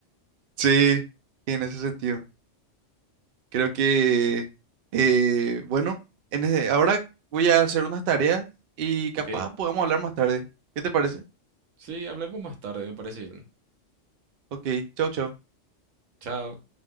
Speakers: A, on the right; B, on the right.
A: Sí, en ese sentido. Creo que, eh, bueno, en ese- ahora voy a hacer unas tareas y capaz
B: Ok.
A: podamos hablar más tarde. ¿Qué te parece?
B: Sí, hablemos más tarde, me parece bien.
A: Ok, chau, chau.
B: Chao.